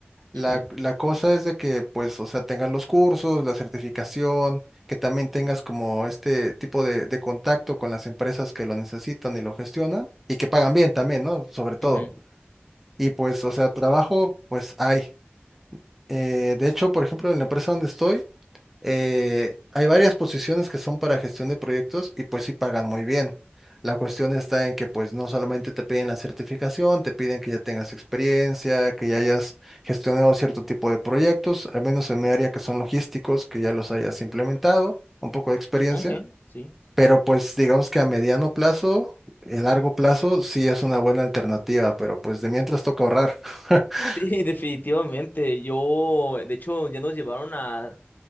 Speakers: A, in the centre; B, on the left.
A: La,
B: Ujú,
A: la cosa es de que pues, o sea, tengas los cursos, la certificación, que también tengas como este tipo de, de contacto con las empresas que lo necesitan y lo gestionan y que pagan bien también, ¿no? Sobre todo.
B: ujú.
A: Y pues, o sea, trabajo pues hay. Eh, de hecho, por ejemplo, en la empresa donde estoy, eh, hay varias posiciones que son para gestión de proyectos y pues sí pagan muy bien. La cuestión está en que pues no solamente te piden la certificación, te piden que ya tengas experiencia, que ya hayas gestionado cierto tipo de proyectos, al menos en mi área que son logísticos, que ya los hayas implementado, un poco de experiencia,
B: Ok, sí.
A: pero pues digamos que a mediano plazo, a largo plazo sí es una buena alternativa, pero pues de mientras toca ahorrar. <laughs>
B: Sí, <laughs> definitivamente. Yo, de hecho, ya nos llevaron a,